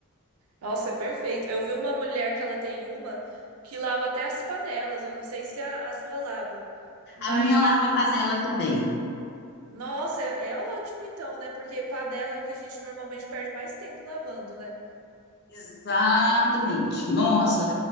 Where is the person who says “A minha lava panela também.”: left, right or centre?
Left